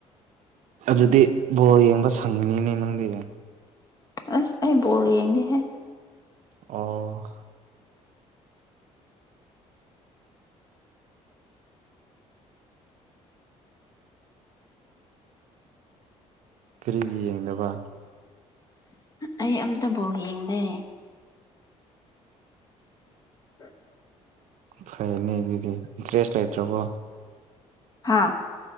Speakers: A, on the right; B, on the left.
A: ꯑꯗꯨꯗꯤ ꯕꯣꯜ ꯌꯦꯡꯕ ꯁꯪꯒꯅꯤꯅꯦ ꯅꯪꯗꯤ
B: ꯑꯁ ꯑꯩ ꯕꯣꯜ ꯌꯦꯡꯗꯦ ꯍꯦ
A: ꯑꯣ ꯀꯔꯤꯒꯤ ꯌꯦꯡꯗꯕ
B: ꯑꯩ ꯑꯝꯇ ꯕꯣꯜ ꯌꯦꯡꯗꯦ <unintelligible>
A: ꯐꯩꯅꯦ ꯑꯗꯨꯗꯤ ꯗ꯭ꯔꯦꯁ ꯂꯩꯇ꯭ꯔꯕꯣ
B: ꯍꯥꯥ